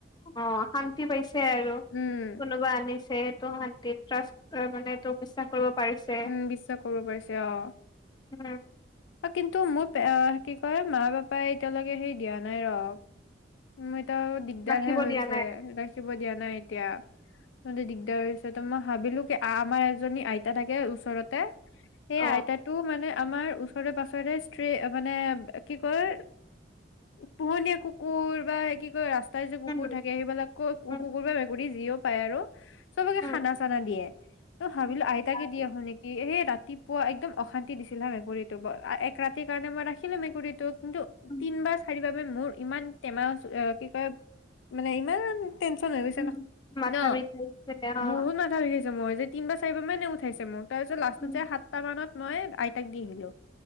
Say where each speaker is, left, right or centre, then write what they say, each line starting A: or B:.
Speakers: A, on the left; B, on the left.
A: অ শান্তি পাইছে আৰু
B: উম
A: কোনোবা আনিছে সেইটো শান্তিত ট্ৰাষ্ট তই মানে এটো বিশ্বাস কৰিব পাৰিছে
B: উ, বিশ্বাস কৰিব পাৰিছে অ',
A: উম
B: অ', কিন্তু মোত এ, কি কয় মা পাপাই এতিয়ালৈকে হেৰি দিয়া নাই ৰ। মইত আৰু দিগদাৰ
A: ৰাখিব
B: হে হৈছে,
A: দিয়া নাই
B: ৰাখিব দিয়া নাই এতিয়া। তহঁতে দিগদাৰ হৈছে ত মই সাবিলোক আমাৰ এজনী আইতা থাক এ, ওচৰতে। সেই
A: অ
B: আইতাটো মানে আমাৰ ওচৰে পাছৰে স্ত্ৰী মানে কি কয়, পোহনীয়া কুকুৰ বা কি কয় ৰাছ তাত যে কুকুৰ
A: উম
B: থাকে সেইবিলাক
A: উম
B: কুকুৰ বা মেকুৰী যিয়ক পায় আৰু চবকে
A: উম
B: খানা চানা দিয়ে। ত হাৱিল
A: উম
B: আই তাকে
A: ভাল
B: দি আহো নেকি! হে, ৰাতিপুৱা একদম অশান্তি দিছিল হা মেকুৰীটো ব এ-এক ৰাতিৰ কাৰণে মই ৰাখিমেই মেকুৰীটোক। কিন্তু
A: উম
B: তিন বা চাৰিবাৰ মোৰ ইমান টেমা চো কি কয়, মানে ইমান টেনচন হৈ গৈছে
A: উম
B: ন,
A: মাথা
B: ন,
A: বিষাইছে অ
B: বহুত মাথা বিষাই মই যে তিনবা চাৰিবা মানে উঠ ঠাইছে মোক। তাৰপিছত লাষ্টত
A: উম
B: যায় সাতটা মানত মই আইতাক দি আহিলো।